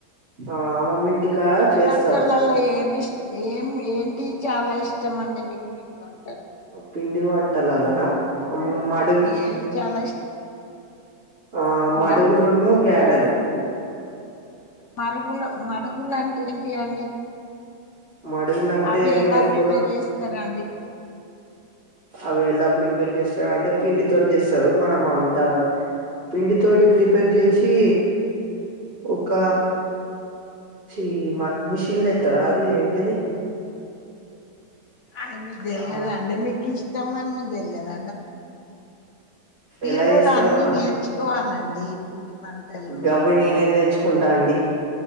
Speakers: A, on the right; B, on the left.
A: ఆ అమ్మమ్మ ఇంటికాడ
B: ఈ పిండి
A: చేస్తారు
B: వంటలలో ఏమి ఇష్ట ఏం ఏంటి చాలా ఇష్టమండి మీకు పిండి వంటాలు
A: పిండి వంటలలోనా కొమ్ మడుగు
B: ఏవి చాలా ఇష్టం
A: ఆ
B: మురుకులా
A: మడుగులును గారెలు
B: మరుగులు మడుగులు అంటే ఏంటి అండి
A: మడుగులు అంటే
B: అవి ఎలా
A: నేను ఎప్పుడు
B: ప్రిపేర్ చేస్తారు అండి
A: అవి ఎలా ప్రిపేర్ చేస్తారు అంటే పిండి తోటి చేస్తారు మనం అంతా పిండి తోటి ప్రిపేర్ చేసి ఒక చీ మిషిన్లులో ఎత్తారా ఆది ఏది
B: ఆయనాకు తెలియద
A: ఆ
B: అండి మీకు ఇష్టంమని మీకు తెలియదా మీరు
A: ఎలా
B: కూడా
A: చేస్తాడో
B: అన్ని నేర్చుకోవాలండి వంటలు
A: గవి నేనే నేర్చుకుంటా అండి